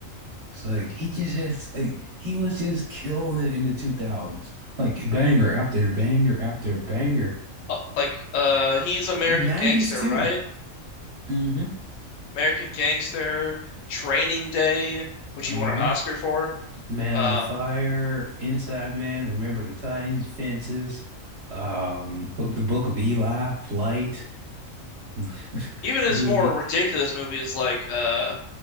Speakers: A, on the right; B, on the left.
A: It's like he just has like, he was just killing it in the 2000s. Like banger after banger after banger.
B: Uh, like uh he's American
A: 90s
B: Gangster,
A: too.
B: right?
A: Mm-hmm.
B: American Gangster, Training Day, which
A: Uh-huh.
B: he won an Oscar for.
A: Man
B: Uh,
A: on Fire, Inside Man, Remember the Titans, Fences, um, <laughs> The Book of Eli, Flight. <laughs> I
B: even his
A: mean,
B: more
A: if you,
B: ridiculous movies like uh